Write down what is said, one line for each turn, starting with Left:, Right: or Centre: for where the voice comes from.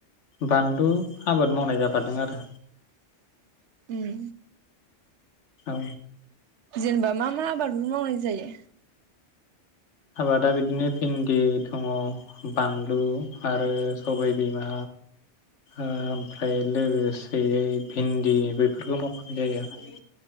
Left: बानलु
Right: <unintelligible>
Left: आबाद मावनाय जाफादों आरो
Right: उम
Left: औ
Right: जेनेबा मा मा आबाद मावनाय जायो
Left: आबादा बिदिनो भिन्दि दङ बानलु आरो सबाय बिमा ओमफ्राय लोगोसेयै भिन्दि बेफोरखौ मावफानाय जायो आरो